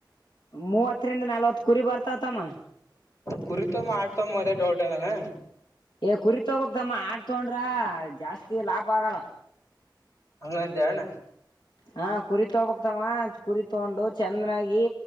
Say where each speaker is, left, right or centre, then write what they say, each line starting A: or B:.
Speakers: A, on the left; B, on the left.
A: ಮೂವತ್ತರಿಂದ ನಲ್ವತ್ ಕುರಿ ಬರ್ತಾವತಮ್ಮ
B: ಕುರಿತೋ ಮಾಡ್ತೋ ಮತ್ತೆ ಡೌಟ್ ಅದಾನ
A: ಏ ಕುರಿತ ಹಬತಮ್ಮ ಆಡ್ತೊಂಡ್ರ ಜಾಸ್ತಿ ಲಾಭ ಆಗಲ್ಲ
B: ಅಂಗಂತಣ
A: ಹಾ ಕುರಿ ತಗಬಕ್ತವ ಕುರಿ ತಗೊಂಡು ಚಂದಾಗಿ